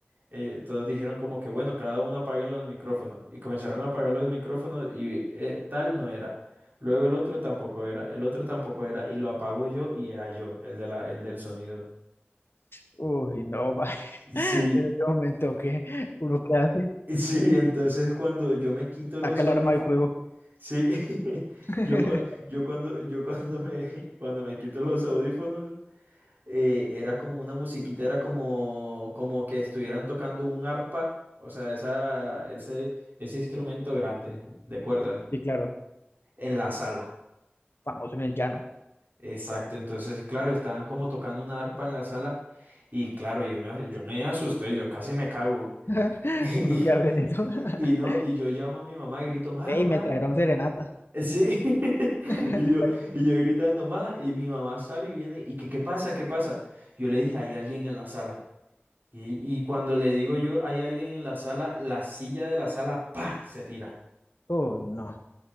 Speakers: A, on the right (about 50°); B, on the left (about 65°).
A: eh, todos dijeron como que, bueno, cada uno apaguen los micrófonos. Y comenzaron a apagar los micrófonos y eh, tal no era. Luego el otro tampoco era, el otro tampoco era. Y lo apago yo y era yo, el de la, el del sonido.
B: Uy, no, va. <laughs>
A: Sí,
B: En ese momento que uno que hace,
A: <laughs> sí, entonces cuando yo me quito los
B: saca
A: audífonos,
B: el arma del juego.
A: Sí, <laughs>
B: <laughs>
A: yo, cuan- yo cuando, yo cuando me, <laughs> cuando me quito los audífonos, eh, era como una musiquita, era como, como que estuvieran tocando un arpa, o sea, esa, ese, ese instrumento grande de cuerdas
B: Y claro,
A: en la sala.
B: famoso en el llano.
A: Exacto, entonces, claro, estaban como tocando una arpa en la sala y claro, yo me, yo me asusté, yo casi me cago.
B: <laughs>
A: <laughs> Y,
B: Uno que hace en eso.
A: y,
B: <laughs>
A: y no, y yo llamo a mi mamá y grito, mamá,
B: Ey,
A: mamá.
B: me trajeron serenata.
A: Sí, <laughs>
B: <laughs>
A: y yo, y yo gritando más, y mi mamá sale y viene, y que, ¿qué pasa? ¿Qué pasa? Yo le dije, hay alguien en la sala. Y, y cuando le digo yo, hay alguien en la sala, la silla de la sala, ¡pa! se tira.
B: Uy, no.